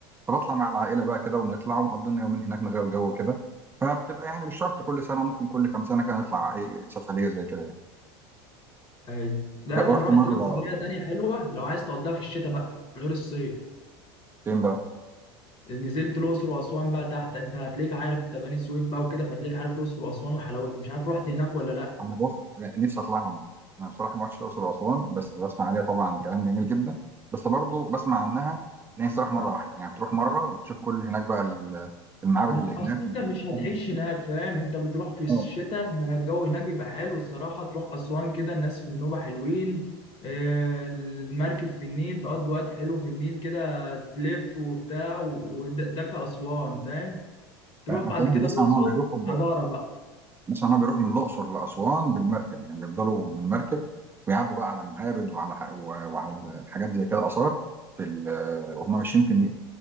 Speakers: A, on the right; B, on the left.
A: فبطلع مع العائله بقى كده ونطلع ونقضي لنا يومين هناك نغير جو كده فبتبقى يعني مش شرط كل سنه ممكن كل كام سنه كده نطلع اي سفريه زي كده يعني
B: ايوه لا
A: بقى-
B: انا
A: ورحت
B: رحت
A: مره
B: بقى سفريه تانية حلوه لو عايز تقضيها في الشتاء بقى غير الصيف
A: فين بقى
B: نزلت الاقصر واسوان بقى تحت انت هتلاقيك عارف انت بني سويف بقى وكده فهتلاقيك عارف الاقصر واسوان وحلاوتها مش عارف رحت هناك ولا لا
A: انا بص نفسي اطلعها مره انا بصراحه ما رحتش الاقصر واسوان بس بسمع عليها طبعا كلام جميل جدا بس برضو بسمع عنها ان هي تروح مره واحده يعني بتروح مره وبتشوف كل هناك بقى ال- المعابد
B: ما
A: اللي
B: هو
A: هناك
B: اصل انت مش هتعيش
A: والحاجات اللي
B: هناك
A: هناك.
B: فاهم انت بتروح في الشتاء
A: اه
B: الجو هناك بيبقى حلو الصراحه تروح اسوان كده الناس في النوبه حلوين آه، المركب في النيل تقضي وقت حلو في النيل كده تلف وبتاع وده ده كاسوان فاهم تروح
A: هتلاقيهم
B: بعد كده
A: بسمع
B: الاقصر
A: ان هو بيروحوا
B: حضاره بقى
A: مثلا هو بيروح من الاقصر لاسوان بالمركب يعني بيفضلوا بالمركب ويعدوا بقى على معابد وعلى ح- و- وعلى حاجات زي كده اثار في ال- وهم ماشيين في النيل